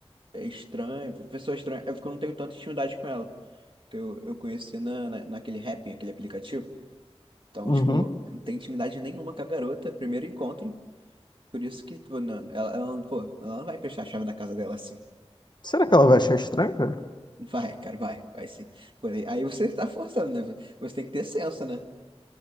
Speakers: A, on the right (about 50°); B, on the left (about 45°).
A: é estranho, pessoa estranha. É porque eu não tenho tanta intimidade com ela. Que eu, eu conheci na, na, naquele Happn, aquele aplicativo. Então,
B: Uhum.
A: tipo, não tem intimidade nenhuma com a garota, primeiro encontro. Por isso que, pô, não, ela, ela, não- pô, ela não vai emprestar a chave da casa dela assim.
B: Será que ela vai achar estranho, cara?
A: Vai, cara, vai, vai sim. Pô, aí, aí você tá forçando, né? Você tem que ter senso, né?